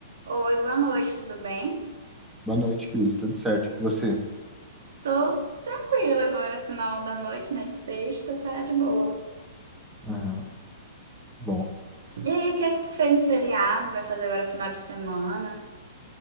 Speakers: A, on the right; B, in the centre.
A: Oi, boa noite, tudo bem?
B: Boa noite, Cris. Tudo certo com você?
A: Tô tranquila agora, final da noite, né? De sexta, tá de boa.
B: Aham, Bom,
A: E aí, o que é que tu fez no feriado? Vai fazer agora final de semana?